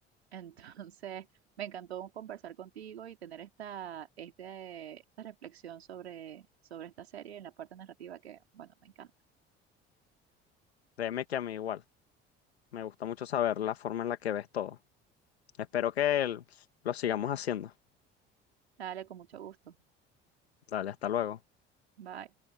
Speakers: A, on the right; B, on the left.
A: Entonces, <laughs> me encantó conversar contigo y tener esta, este, esta reflexión sobre, sobre esta serie en la parte narrativa que, bueno, me encanta.
B: Créeme que a mí igual. Me gusta mucho saber la forma en la que ves todo. Espero que el- lo sigamos haciendo.
A: Dale, con mucho gusto.
B: Dale, hasta luego.
A: Bye.